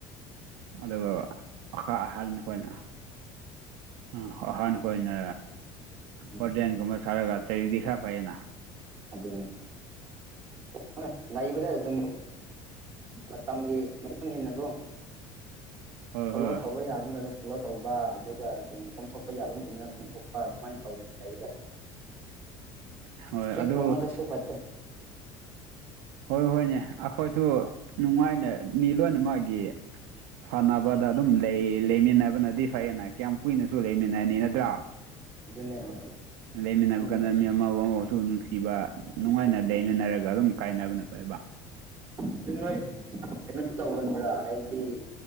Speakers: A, on the right; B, on the right.
A: ꯑꯗꯨꯒ ꯑꯈꯥ ꯑꯍꯜ ꯅ ꯑꯩꯈꯣꯏꯅ ꯎ ꯑꯍꯥꯟꯕ ꯍꯈꯣꯏꯅ
B: ꯎꯝ
A: ꯍꯣꯔꯗꯦꯟꯒꯨꯝꯕ ꯁꯥꯔꯒ ꯆꯗꯤ ꯈꯔ ꯐꯩꯌꯦꯅ
B: ꯑꯗꯨꯅꯤ ꯍꯣꯏ ꯂꯩꯕꯗ ꯑꯗꯨꯝ ꯃꯇꯝꯒꯤ ꯃꯇꯨꯡ ꯏꯟꯅꯀꯣ
A: ꯍꯣꯏ
B: <unintelligible>
A: ꯍꯣꯏ
B: ꯇꯧꯕ ꯌꯥꯐꯝꯗꯅ ꯐꯣꯂꯣ ꯇꯧꯕ ꯑꯗꯨꯒ ꯑꯗꯨꯝ ꯀꯣꯝꯊꯣꯛꯄ ꯌꯥꯐꯝꯗꯗꯅ ꯀꯣꯝꯊꯣꯛꯄ ꯑꯗꯨꯃꯥꯏꯅ ꯇꯧꯅ ꯑꯗ
A: <inaudible> ꯍꯣꯏ
B: ꯁꯇ꯭ꯔꯤ
A: ꯑꯗꯨ
B: ꯀꯃꯜꯁꯨ ꯐꯠꯇꯦ
A: ꯍꯣꯏ ꯍꯣꯏꯅꯦ ꯑꯩꯈꯣꯏꯁꯨ ꯅꯨꯡꯉꯥꯏꯅ ꯃꯤ ꯂꯣꯏꯅꯃꯒꯤ ꯐꯅꯕꯗ ꯑꯗꯨꯝ ꯂꯩꯃꯤꯟꯅꯕꯅꯗꯤ ꯐꯩꯌꯦꯅ ꯀꯌꯥꯝ ꯀꯨꯏꯅꯁꯨ ꯂꯩꯃꯤꯟꯅꯅꯤ ꯅꯠꯇ꯭ꯔꯥ
B: ꯑꯗꯨꯅꯦ ꯍꯣꯏ
A: ꯂꯩꯃꯤꯟꯅꯕ
B: ꯆꯨꯝꯃꯤꯅꯦ
A: ꯀꯥꯟꯗ ꯃꯤ ꯑꯃꯥꯕ ꯑꯃꯥꯕꯨꯁꯨ ꯅꯨꯡꯁꯤꯕ ꯅꯨꯡꯉꯥꯏꯅ
B: ꯎꯝ
A: ꯂꯩꯃꯤꯟꯅꯔꯒ ꯑꯗꯨꯝ ꯀꯥꯏꯅꯕꯅ ꯐꯩꯕ
B: ꯑꯗꯨ ꯅꯣꯏ ꯀꯩꯅꯣꯗꯤ ꯇꯧꯒꯟꯕ꯭ꯔꯥ ꯍꯥꯏꯕꯗꯤ